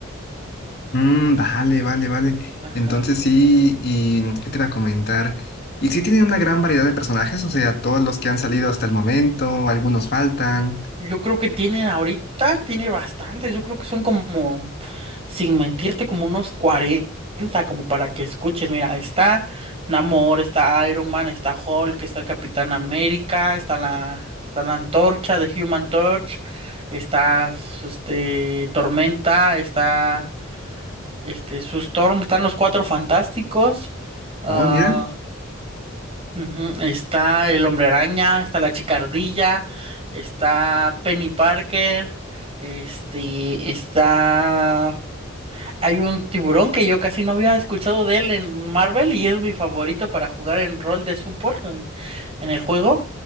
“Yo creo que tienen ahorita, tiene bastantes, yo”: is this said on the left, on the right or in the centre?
Right